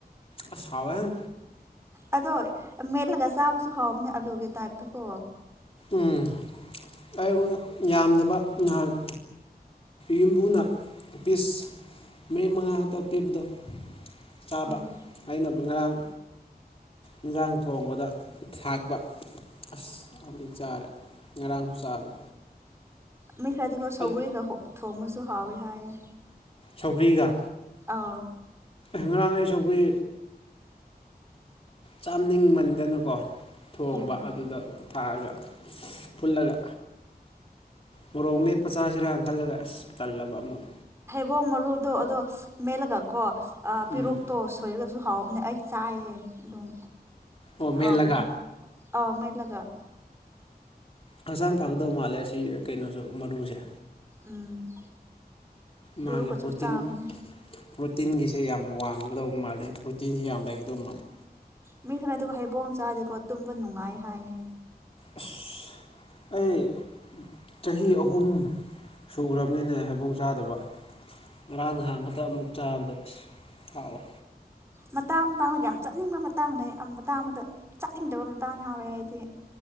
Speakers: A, on the left (about 35°); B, on the right (about 15°).
A: ꯑꯁ ꯍꯥꯎꯋꯦꯍꯦ
B: ꯑꯗꯣ ꯃꯦꯠꯂꯒ ꯆꯥꯕꯁꯨ ꯍꯥꯎꯕꯅꯦ ꯑꯂꯨꯒꯤ ꯇꯥꯏꯞꯇ ꯀꯣ
A: ꯎꯝ ꯑꯩ ꯌꯥꯝꯗꯕ ꯅꯍꯥꯛ ꯌꯨꯝꯕꯨꯅ ꯄꯤꯁ ꯃꯔꯤ ꯃꯉꯥ ꯈꯛꯇ ꯄꯤꯕꯗꯣ ꯆꯥꯕ
B: ꯑꯥ
A: ꯑꯩꯅ ꯉꯔꯥꯡ ꯏꯟꯁꯥꯡ ꯊꯣꯡꯕꯗ ꯊꯥꯛꯄ ꯑꯁ ꯍꯧꯖꯤꯛ ꯆꯥꯔꯦ ꯉꯔꯥꯡꯁꯨ ꯆꯥꯕ
B: ꯃꯤ ꯈꯔꯗꯤꯀꯣ ꯁꯧꯒꯔꯤꯒ
A: ꯑꯩ
B: ꯊꯣꯡꯕꯁꯨ ꯍꯥꯎꯋꯦ ꯍꯥꯏꯌꯦ
A: ꯁꯧꯒ꯭ꯔꯤꯒ
B: ꯑꯥ
A: ꯉꯔꯥꯡ ꯑꯩ ꯁꯧꯒ꯭ꯔꯤ ꯆꯥꯝꯅꯤꯡꯃꯟꯗꯅꯀꯣ ꯊꯣꯡꯕ
B: ꯎꯝ
A: ꯑꯗꯨꯗ ꯊꯥꯛꯑꯒ ꯐꯨꯠꯂꯒ ꯃꯣꯔꯣꯛ ꯃꯦꯠꯄ ꯆꯥꯁꯤꯔ ꯈꯜꯂꯒ ꯑꯁ ꯇꯜꯂꯕ ꯑꯃꯨꯛ
B: ꯕꯣꯡ ꯃꯔꯨꯗꯣ ꯑꯗꯣ ꯃꯦꯜꯠꯂꯒꯀꯣ ꯑ ꯄꯦꯔꯨꯛꯇꯣ
A: ꯎꯝ
B: ꯁꯣꯏꯔꯒꯁꯨ ꯍꯥꯎꯕꯅꯦ ꯑꯩ ꯆꯥꯏꯌꯦ ꯑꯗꯨꯝ
A: ꯑꯣ ꯃꯦꯠꯂꯒ
B: ꯍꯥꯎꯕꯅꯦ ꯑꯧ ꯃ ꯂꯒ
A: ꯍꯛꯆꯥꯡ ꯐꯒꯗꯧ ꯃꯥꯜꯂꯦ ꯑꯁꯤ ꯀꯩꯅꯣꯁꯨ ꯃꯔꯨꯁꯦ
B: ꯎꯝ
A: ꯃꯥꯒꯤ
B: ꯄꯤꯔꯨꯛꯀꯁꯨ
A: ꯄ꯭ꯔꯣꯇꯤꯟ
B: ꯆꯥꯕꯅꯦ
A: ꯄ꯭ꯔꯣꯇꯤꯟꯒꯤ ꯁꯦ ꯌꯥꯝ ꯋꯥꯡꯒꯗꯧꯕ ꯃꯥꯜꯂꯦ ꯄ꯭ꯔꯣꯇꯤꯟꯁꯤ ꯌꯥꯝ ꯂꯩꯒꯗꯧꯕ ꯃꯥꯜꯂꯤ
B: ꯃꯤ ꯈꯔ ꯑꯗꯨꯒ ꯍꯩꯕꯣꯡ ꯆꯥꯗꯦꯀꯣ ꯇꯨꯝꯕ ꯅꯨꯡꯉꯥꯏ ꯍꯥꯏꯌꯦ
A: ꯑꯁ ꯑꯩ ꯆꯍꯤ ꯑꯍꯨꯝ ꯁꯨꯈ꯭ꯔꯕꯅꯤꯅꯦ ꯍꯩꯕꯣꯡ ꯆꯥꯗꯕ ꯉꯔꯥꯡ ꯅꯍꯥꯟ ꯈꯇ ꯑꯃꯨꯛ ꯆꯥꯕꯗꯣ ꯑꯁ ꯍꯥꯎꯋꯦ
B: ꯃꯇꯥꯡ ꯃꯇꯥꯡ ꯌꯥꯝ ꯆꯠꯅꯤꯡꯕ ꯃꯇꯥꯡꯅꯦ ꯃꯇꯥꯡ ꯑꯃꯗ ꯆꯥꯅꯤꯡꯗꯕ ꯃꯇꯥꯡ ꯌꯥꯎꯔꯦ ꯑꯩꯗꯤ